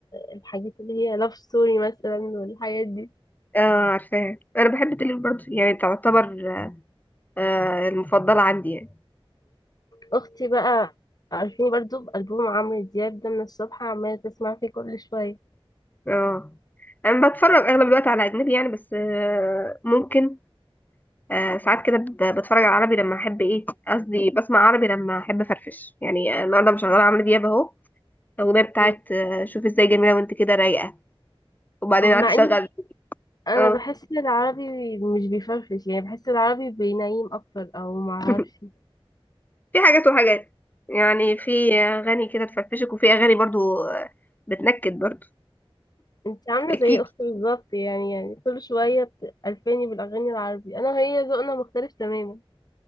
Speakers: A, on the left; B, on the left.
A: الحاجات اللي هي لاف ستوري مثلا والحاجات دي
B: اه عارفاها أنا بحب تيلور برضه يعني تعتبر آه، المفضلة عندي يعني
A: اختي بقى عارفيني برضو بألبوم عمرو دياب ده من الصبح عمالة تسمع فيه كل شوية
B: اه أنا بتفرج أغلب الوقت على أجنبي يعني بس آه، ممكن آه، ساعات كده ب- بتفرج على عربي لما أحب إيه قصدي بسمع عربي لما أحب أفرفش يعني النهاردة مشغلة عمرو دياب أهو الأغنية بتاعت
A: م-
B: آه، شوف إزاي جميلة وأنت كده رايقة وبعدين
A: مع
B: قعدت أشغل
A: اني انا
B: اه
A: بحس العربي مش بيفرفش يعني بحس العربي بينيم اكتر او معرفش
B: <laughs> في حاجات وحاجات يعني في اغاني كده تفرفشك وفي اغاني برضو بتنكد برضو
A: انت عاملة
B: تبكيكي
A: زي اختي بالظبط يعني يعني كل شوية بتألفاني بالاغاني العربي انا هي ذوقنا مختلف تماما